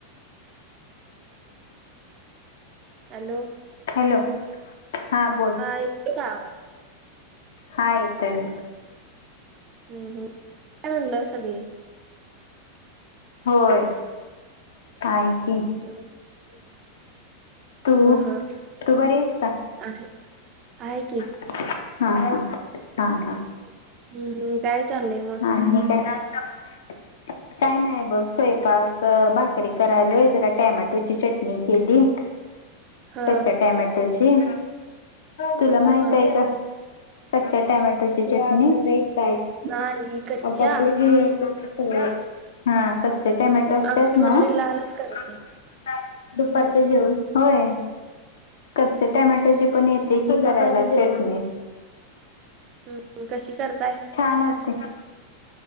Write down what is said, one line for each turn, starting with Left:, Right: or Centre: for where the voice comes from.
Right: हॅलो!
Left: हॅलो! हा बोल.
Right: येतो का आवाज
Left: हा येतोय <unintelligible> बोल.
Right: हम्म हम्म काय म्हणल सगळी?
Left: होय. आहे
Right: <inaudible> हम्म
Left: की तू
Right: हम्म.
Left: तू बरी आहेस का
Right: आहे आहे की.
Left: हा -हा -हा -हा.
Right: हम्म हम् काय चाललंय मग?
Left: आणि काय? <unintelligible> काय नाही बघ स्वयंपाक- - च भाकरी करायलोय जरा टॅमॅटोची चटणी केली
Right: हा
Left: कच्च्या टॅमॅटोची. तुला माहित
Right: हा
Left: आहे का? कच्च्या टमॅटोची चटणी <unintelligible>
Right: नाही. कच्च्या
Left: आत्ता आपलं घे तेच सगळं. हा. कच्चे टोमॅटो असतेत
Right: आमची मम्मी
Left: ना?
Right: लालच करते
Left: <unintelligible> दुपारचे जेवण होय. कच्चे टमॅटोची पण येते की करायला चटणी
Right: हम् हम्म कशी करताय?
Left: छान होते.